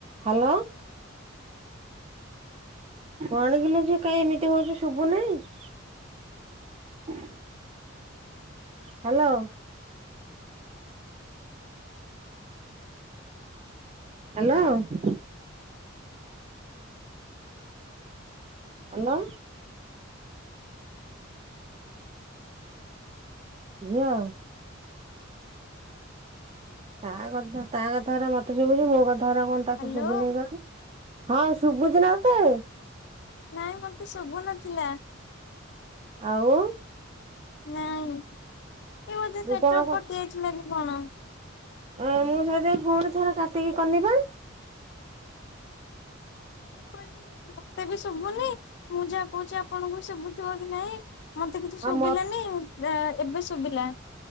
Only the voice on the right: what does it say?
Hello. କଣଗିଲ ଯେ କାହି ଏମିତି ହଉଚ ଶୁଭୁ ନାହିଁ? <unintelligible> ହ୍ୟାଲୋ। ହ୍ୟାଲୋ। ଆଲୋ। ଝିଅ। ତା କଥା ତା କଥାର ମୋତେ ଶୁଭୁଛି। ମୋ କଥା ଉରା କଣ ତାକୁ
ଶୁଭୁନି କଣ ନି? ହଁ, ଶୁଭୁଚି ନା ତୋତେ?
ଆଉ?
ତୁ
କଣ
ଓ ମୁଁ ସେଇଥିପାଇଁ ପୁଣି ଥରେ କାଟିକି କନି ପା।
ଆଉ ମ